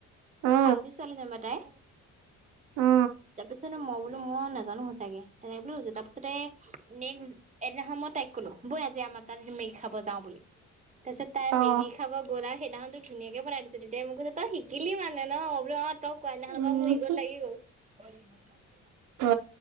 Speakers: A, on the right; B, on the right.
A: অ
B: খামদি ছোৱালী যেনিবা তাই।
A: অ
B: তাৰপিছতে মই বোলো মই নাজানো সচাকে তেনেকে বুলিছো তাৰপিছতে নেক্ এদিনাখন মই তাইক কলো বই আজি আমাৰ তাত মেগী খাব যাওঁ বুলি। তচ তাই
A: অ
B: মেগী খাব গোৰা সেইদিনাখন টো ধুনীয়াকে বনাই দিছো তেতিয়া মোক কৈছে তই শিকিলি মানে। ন নব টক কোৱাদিনাখনৰ
A: উম
B: পৰা মোৰ ঈগত লাগি গ'ল। ব
A: অ